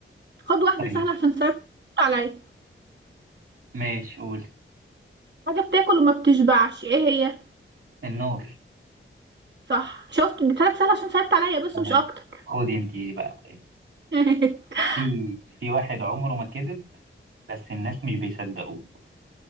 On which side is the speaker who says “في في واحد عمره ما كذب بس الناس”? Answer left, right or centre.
Right